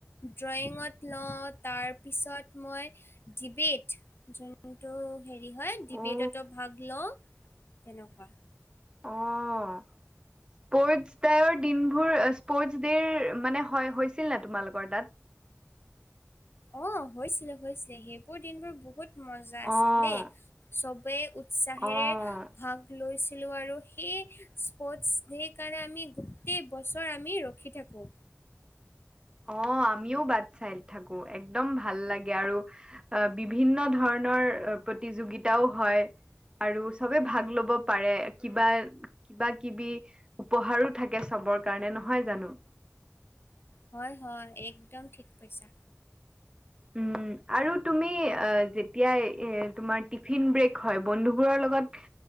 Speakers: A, on the left; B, on the right.
A: ড্ৰয়িঙত ন তাৰপিছত মই ডিবেট যোনটো হেৰি হয় ডিবেটতো
B: অ
A: ভাগ লওঁ তেনেকুৱা
B: অ' স্পৰ্টচ তাইৰ দিনবোৰ স্পৰ্টচ দেৰ মানে হয় হৈছিল নে তোমালোকৰ তাত?
A: অ' হৈছিলে হৈছিলে সেইবোৰ দিনবোৰ বহুত মজা
B: অ',
A: আছিল দেই চবেই উৎ উচ্ছাহচাহেৰে
B: অ',
A: ভাগ লৈছিলো আৰু সেই স্পৰ্টছ দে কাৰণে আমি গোটেই বছৰ আমি ৰখি থাকোঁ।
B: অ' আমিও বাট চাই থাকো একদম ভাল লাগে। আৰু বিভিন্ন ধৰণৰ প্ৰতিযোগিতাও হয় আৰু চবে ভাগ ল'ব পাৰে কিবা কিবা কিবি উপহাৰো থাকে চবৰ কাৰণে নহয় জানো?
A: হয়, হয় একদম ঠিক কৈছা।
B: উম' আৰু তুমি অ' যেতিয়া এ তোমাৰ তিক ভিন ব্ৰেক হয় বন্ধু বোৰৰ লগত